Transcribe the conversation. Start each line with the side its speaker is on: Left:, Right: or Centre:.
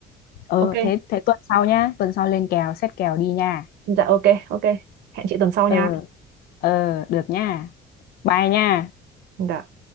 Left: ừ
Right: Ok,
Left: thế thế tuần sau nhá tuần sau lên kèo xét kèo đi nha
Right: dạ ok, ok. Hẹn chị tuần sau
Left: ừ
Right: nha.
Left: ừ được nha bye nha
Right: Dạ.